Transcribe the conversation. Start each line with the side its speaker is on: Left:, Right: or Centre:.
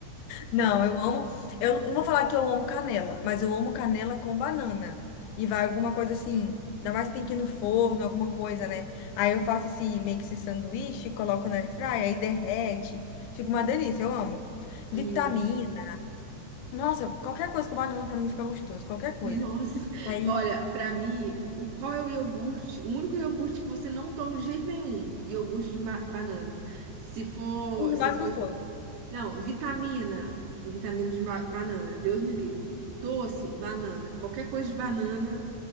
Left: Não, eu amo. Eu não vou falar que eu amo canela, mas eu amo canela com banana. E vai alguma coisa assim. Ainda mais que tem que ir no forno, alguma coisa, né? Aí eu faço esse meio que esse sanduíche, coloco na airfryer, aí derrete. Fica uma delícia, eu amo. Vitamina.
Right: Hum.
Left: Nossa, qualquer coisa com banana pra mim fica gostoso, qualquer coisa.
Right: Nossa, <laughs>
Left: Aí,
Right: olha, pra mim, o qual é o iogurte? O único iogurte que você não toma de jeito nenhum, iogurte de ma- banana. Se for,
Left: o
Right: se
Left: mais
Right: for,
Left: gostoso.
Right: não, vitamina, vitamina de ma- banana, Deus me livre. Doce, banana, qualquer coisa de banana